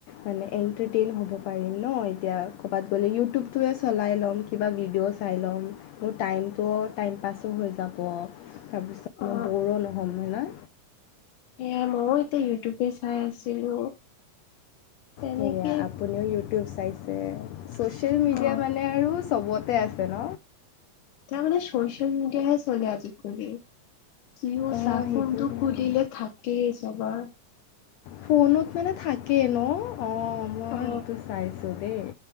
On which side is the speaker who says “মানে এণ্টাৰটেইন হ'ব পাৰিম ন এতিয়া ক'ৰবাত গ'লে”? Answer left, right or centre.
Left